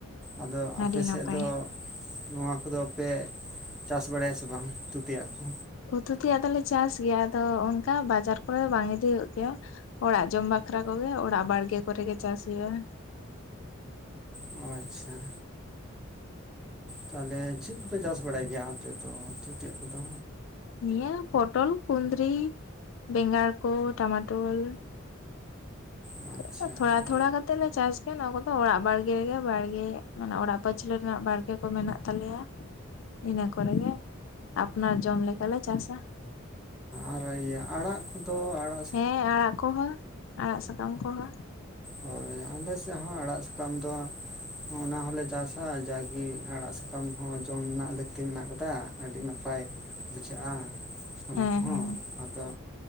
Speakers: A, in the centre; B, on the left.
A: ᱟᱫᱚ ᱟᱯᱮ
B: ᱟᱹᱰᱤ
A: ᱥᱮᱫ
B: ᱱᱟᱯᱟᱭ
A: ᱫᱚ ᱱᱚᱣᱟ ᱠᱚᱫᱚ ᱯᱮ ᱪᱟᱥ ᱵᱟᱲᱟᱭᱟ ᱥᱮ ᱵᱟᱝ ᱩᱛᱩ ᱛᱮᱭᱟᱜ ᱠᱚ
B: ᱩᱛᱩ ᱛᱮᱭᱟᱜ ᱫᱚᱞᱮ ᱪᱟᱥ ᱜᱮᱭᱟ ᱟᱫᱚ ᱚᱱᱠᱟ ᱵᱟᱡᱟᱨ ᱠᱚᱨᱮ ᱵᱟᱝ ᱤᱫᱤ ᱦᱩᱭᱩᱜ ᱜᱮᱭᱟ ᱚᱲᱟᱜ ᱡᱚᱢ ᱵᱟᱠᱷᱨᱟ ᱠᱚᱜᱮ ᱚᱲᱟᱜ ᱵᱟᱲᱜᱮ ᱠᱚᱨᱮ ᱜᱮ ᱪᱟᱥ ᱦᱩᱭᱩᱜᱼᱟ
A: ᱳ ᱟᱪᱪᱷᱟ ᱛᱟᱦᱚᱞᱮ ᱪᱮᱫ ᱠᱚᱯᱮ ᱪᱟᱥ ᱵᱟᱲᱟᱭ ᱜᱮᱭᱟ ᱟᱯᱮ ᱫᱚ ᱩᱛᱩ ᱛᱮᱭᱟᱜ ᱠᱚᱫᱚ
B: ᱱᱤᱭᱟᱹ ᱯᱚᱴᱚᱞ ᱠᱩᱸᱫᱽᱨᱤ ᱵᱮᱸᱜᱟᱲ ᱠᱚ ᱴᱟᱢᱟᱴᱳᱞᱼᱼ
A: ᱚ
B: <inaudible>
A: ᱟᱪᱪᱷᱟ
B: ᱛᱷᱚᱲᱟ
A: ᱚ
B: ᱛᱷᱚᱲᱟ ᱠᱟᱛᱮᱜ ᱞᱮ ᱪᱟᱥᱼᱼ ᱦᱮᱸ ᱱᱚᱣᱟ ᱠᱚᱫᱚ ᱚᱲᱟᱜ ᱵᱟᱲᱜᱮ ᱨᱮᱜᱮ ᱵᱟᱲᱜᱮᱜ ᱢᱟᱱᱮ ᱚᱲᱟᱜ ᱯᱟᱹᱪᱷᱞᱟᱹ ᱨᱮᱱᱟᱜ ᱵᱟᱲᱜᱮ ᱠᱚ ᱢᱮᱱᱟᱜ ᱛᱟᱞᱮᱭᱟ᱾ ᱤᱱᱟᱹ ᱠᱚᱨᱮ ᱜᱮ ᱟᱯᱱᱟᱨ ᱡᱚᱢ ᱞᱮᱠᱟ ᱞᱮ ᱪᱟᱥᱟ᱾
A: ᱟᱨ ᱤᱭᱟᱹ ᱟᱲᱟᱜ ᱠᱩᱫᱚ ᱟᱲᱟᱜᱼᱼ
B: ᱦᱮᱸ ᱟᱲᱟᱜ ᱠᱚᱦᱚᱸ ᱟᱲᱟᱜ ᱥᱟᱠᱟᱢ ᱠᱚᱦᱚᱸ᱾
A: ᱦᱚᱭ ᱟᱞᱮ ᱥᱮᱜ ᱦᱚᱸ ᱟᱲᱟᱜ ᱥᱟᱠᱟᱢ ᱫᱚᱼᱼ ᱦᱚᱸ ᱚᱱᱟ ᱦᱚᱞᱮ ᱪᱟᱥᱟ ᱡᱟᱜᱤ ᱟᱲᱟᱜ ᱥᱟᱠᱟᱢ ᱦᱚᱸ ᱡᱚᱢ ᱨᱮᱱᱟᱜ ᱞᱟᱹᱠᱛᱤ ᱢᱮᱱᱟᱜ ᱟᱠᱟᱫᱟ ᱟᱹᱰᱤ ᱱᱟᱯᱟᱭᱼᱼ ᱵᱩᱡᱷᱟᱹᱜ-ᱟ ᱚᱱᱟ
B: ᱦᱮᱸ
A: ᱠᱚᱦᱚᱸ᱾
B: ᱦᱮᱸ
A: ᱟᱫᱚ